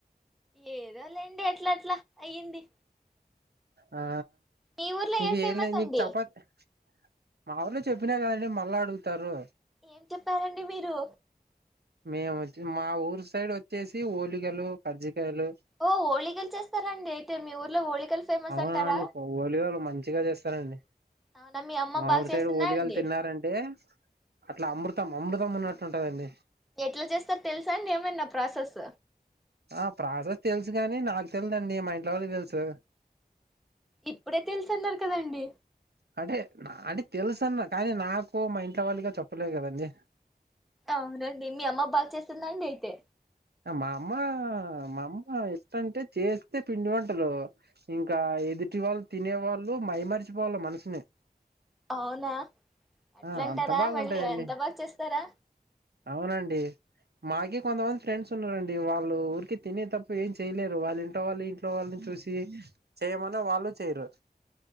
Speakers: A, in the centre; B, on the right.
A: ఏదో లేండి అట్ల అట్ల అయ్యింది
B: ఆ
A: మీ ఊర్లో
B: ఇంక
A: ఏం ఫేమస్
B: ఏందండి
A: అండి
B: మీకు చపాతి మా ఊర్లో చెప్పినా కదండి మళ్ళా అడుగుతారు
A: ఏం చెప్పారండి మీరు
B: మేము వచ్చి మా ఊరు సైడ్ వచ్చేసి ఓలిగలు కజ్జికాయలు
A: ఓ ఓళికలు చేస్తారండి అయితే మీ ఊర్లో ఓళికలు ఫేమస్
B: అవునవునండి
A: అంటారా
B: ఓలిగలు మంచిగా చేస్తారంండి
A: అవునా మీ అమ్మ
B: మా
A: బాగా
B: ఊరి
A: చేస్తుందా
B: సైడ్ ఓలిగలు
A: అండి
B: తిన్నారంటే అట్ల అమృత్ తం అమృతం ఉన్నట్లుంటదండి
A: ఎట్ల చేస్తారు తెలుసా అండి ఏమన్న ప్రాసెస్
B: ఆ ప్రాసెస్ తెలుసు కాని నాకు తెలిదండి మా ఇంట్లో వాళ్ళకి తెలుసు
A: ఇప్పుడే తెలుసన్నారు కదండి
B: అంటే అంటే తెలుసన్న కానీ నాకు మా ఇంట్లో వాళ్ళగా చెప్పలేదు కదండి
A: అవునండి మీ అమ్మ బాగా చేస్తుందండి అయితే
B: మా అమ్మ మా అమ్మ ఎట్టన్టే చేస్తే పిండి వంటలు ఇంకా ఎదుటి వాళ్ళు తినే వాళ్ళు మైమర్చిపోవాల మనసుని
A: అవునా అట్లంటారా
B: ఆ అంత బాగుంటాయండి
A: మళ్ళీ అంత బాగా చేస్తారా
B: అవునండి మా మాకి కొంతమంది ఫ్రెండ్స్ ఉన్నారండి వాళ్ళు ఊరికి తినే తప్ప ఏం చేయలేరు వాళ్ళింట్లో వాళ్ళు ఇంట్లో వాళ్ళు చూసి చెయ్యమన్న వాళ్ళు చెయ్యరు